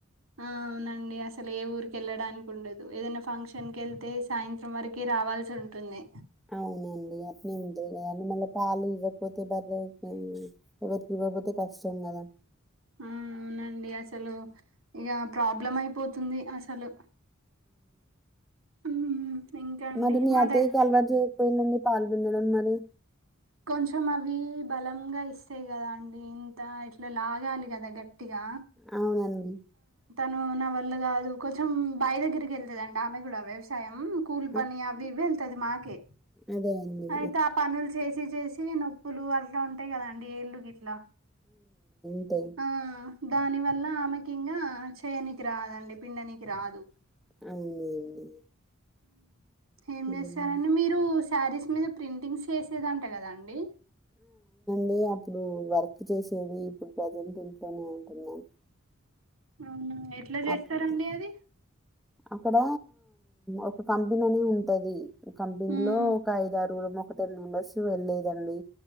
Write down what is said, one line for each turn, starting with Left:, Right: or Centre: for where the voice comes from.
Right: ఆ అవునండి అసలు ఏ ఊరికి వెళ్ళడానికి ఉండదు ఏదైనా ఫంక్షన్ వెళ్తే సాయంత్రం వరక రా వాల్సి ఉంటుంది
Centre: అవునండి. అట్నే ఉంటది కదండీ! మళ్ళా పాలు ఇవ్వకపోతే బర్రె ఎవరికి ఇవ్వపోతే కష్టం కదా
Right: హు అవునండి అసలు ఇక ప్రాబ్లం అయిపోతుంది అసలు మ్మ్ ఇంకా అండి
Centre: మరి మీ
Right: మాదే
Centre: అతైకి అల్వాట్ జేయ్ పోయిందండి పాల్ పిండడం మరి
Right: కొంచెం అవి బలంగా ఇస్తాయి కదా అండి ఇంత ఇట్లా లాగాలి కదా గట్టిగా
Centre: అవునండి.
Right: ను నా వల్ల కాదు కొంచెం బాయ్ దగ్గరికి వెళ్తదండి ఆమె కూడా వ్యవసాయం కూల్ పని
Centre: అ
Right: అవి ఇవ్వి వెళ్తుంది మాకే
Centre: అదే అండి.
Right: అయితే ఆ పనులు చేసి చేసి చ్చ నొప్పులు అట్లా ఉంటాయి కదండి ఏళ్ళు గిట్లా
Centre: ద
Right: ఆ దాని వల్ల ఆమెకింగా చేయనికి రాదండి పిండనికి రాదు
Centre: అవునండి
Right: ఏం
Centre: హ్మ్.
Right: చేస్తారండి మీరు శారీస్ మీద ప్రింటింగ్స్ చేసేదంట కదా అండి
Centre: నేన్ అప్పుడు వర్క్ చేసేది ఇప్పుడు ప్రజెంట్ ఇంట్లోనే ఉంటున్నాను
Right: అవునా ఎట్లా చేస్తరండి
Centre: అప్
Right: అది
Centre: అక్కడ ఒక కంపెననీ ఉంటది కంపెనీ
Right: మ్మ్
Centre: లో ఒక ఐదు ఆరుగురూం ఒక టెన్ మెంబర్స్ వెళ్లేదండి